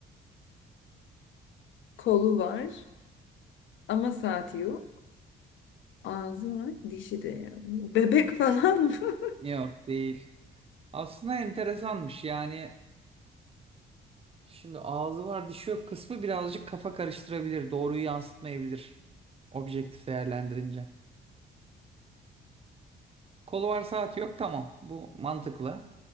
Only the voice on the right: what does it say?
Yok değil. Aslında enteresanmış yani Şimdi ağzı var dişi yok kısmı birazcık kafa karıştırabilir. Doğruyu yansıtmayabilir. Objektif değerlendirince. Kolu var saati yok tamam. Bu mantıklı.